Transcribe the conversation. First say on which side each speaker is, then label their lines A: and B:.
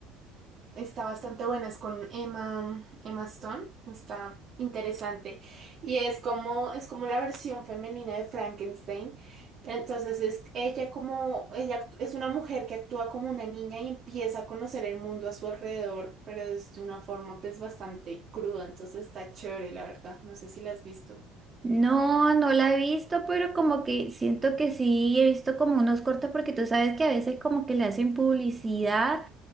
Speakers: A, on the right; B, on the right.
A: Está bastante buena, es con Emma, Emma Stone, está interesante. Y es como, es como la versión femenina de Frankenstein. Pero entonces es ella como, ella act- es una mujer que actúa como una niña y empieza a conocer el mundo a su alrededor, pero es de una forma pues bastante cruda, entonces está chévere, la verdad. No sé si la has visto.
B: No, no la he visto, pero como que siento que sí, he visto como unos cortos porque tú sabes que a veces como que le hacen publicidad